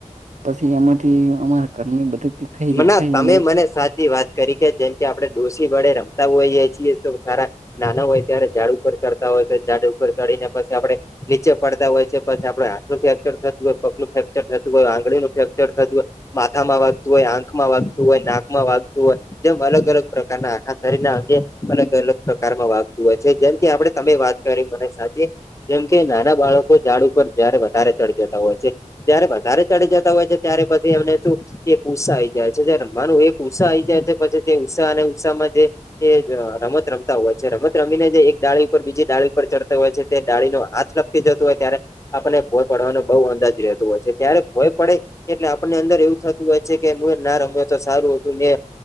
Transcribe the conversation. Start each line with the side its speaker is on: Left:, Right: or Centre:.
Right: પછી એમાંથી અમારા ઘરની બધું ખાઈ
Left: મને
Right: ગયો ખાઈને
Left: તમે
Right: એવું
Left: મને સાચી વાત કરી કે જેમ કે આપણે ડોસી વડે રમતા હોઈએ છીએ તો સારા નાના હોય ત્યારે ઝાડ ઉપર ચડતા હોય તો ઝાડ ઉપર ચડીને પછી આપણે નીચે પડતા હોય છે પછી આપણે હાથનું ફેક્ચર થતું હોય પગનું ફ્રેક્ચર થતું હોય આંગળીનું ફેક્ચર થતું હોય માથામાં વાગતું હોય આંખમાં વાગતું હોય નાકમાં વાગતું હોય જેમ અલગ અલગ પ્રકારના આખા શરીરના અંગે અલગ અલગ પ્રકારમાં વાગતું હોય છે, જેમ કે આપણે. તમે વાત કરી મને સાચી જેમ કે નાના બાળકો ઝાડ ઉપર જયારે વધારે ચડી જતા હોય છે. જયારે વધારે ચડી જતા હોય છે, ત્યારે પછી એમને શું. એક ઉસા આઈ જાય છે, જ રમવાનું એ ઉષા આઈ જાય છે, પછી તે ઉષા અને ઉષામાં જે. એ જ રમત રમતા હોય છે, રમત રમીને જે એક ડાળી ઉપર બીજી ડાળી ઉપર ચડતો હોય છે, તે ડાળીનો હાથ રક જતું હોય ત્યારે. આપને ભોય પડવાનો બહુ અંદાજ રહેતો હોય છે, ત્યારે ભોય પડે એટલે આપણને અંદર એવું થતું. હો છે, કે હું એ ના રમ્યો તો સારું હતું ને.